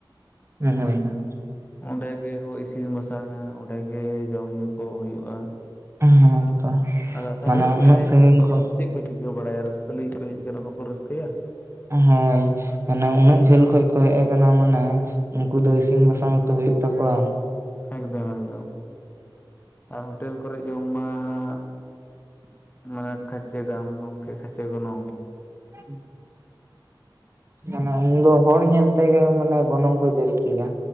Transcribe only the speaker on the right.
ᱦᱮᱸ ᱦᱮᱸ
ᱦᱮᱸ ᱛᱚ
ᱢᱟᱱᱮ
ᱩᱱᱟᱹᱜ
ᱥᱟᱺᱜᱤᱧ
ᱠᱷᱚᱱ
ᱦᱳᱭ ᱾ ᱚᱱᱮ ᱩᱱᱟᱹᱜ ᱡᱷᱟᱹᱞ ᱠᱷᱚᱡᱽ ᱠᱚ ᱦᱮᱡ ᱟᱠᱟᱱᱟ ᱢᱟᱱᱮ ᱩᱱᱩᱠᱩ ᱫᱚ ᱤᱥᱤᱱ ᱵᱟᱥᱟᱝ ᱦᱚᱛᱚ ᱦᱳᱭᱳᱜ ᱛᱟᱠᱚᱣᱟ ᱾
<unintelligible> ᱢᱟᱱᱮ ᱩᱱ ᱫᱚ ᱦᱚᱲ ᱧᱮᱞ ᱛᱮᱜᱮ ᱢᱟᱱᱮ ᱜᱚᱱᱚᱝ ᱠᱚ ᱡᱟᱹᱥᱛᱤᱭᱼᱟ